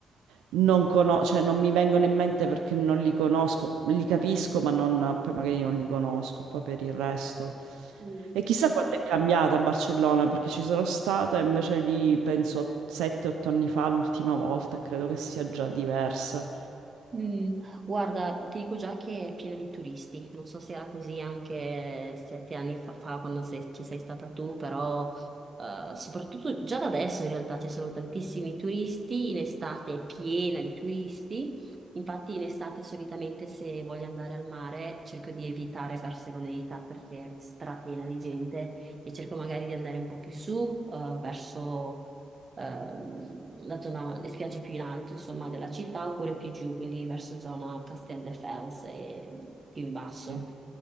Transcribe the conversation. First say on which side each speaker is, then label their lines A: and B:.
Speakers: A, on the right (about 85°); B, on the right (about 40°).
A: non conosco, cioè non mi vengono in mente perché non li conosco, li capisco, ma non- poi magari non li conosco, poi per il resto.
B: Mm.
A: E chissà quanto è cambiata a Barcellona, perché ci sono stata, invece lì penso 7-8 anni fa, l'ultima volta, e credo che sia già diversa.
B: Mm, guarda, ti dico già che è piena di turisti, non so se era così anche sette anni fa, fa quando sei- ci sei stata tu, però eh, soprattutto già da adesso in realtà ci sono tantissimi turisti, in estate è piena di turisti, infatti in estate solitamente se voglio andare al mare cerco di evitare Barceloneta perché è strapiena di gente e cerco magari di andare un po' più su, eh, verso ehm, la zona, le spiagge più in alto, insomma, della città, oppure più giù, quindi verso zona Casteldefels e più in basso.
A: Sì.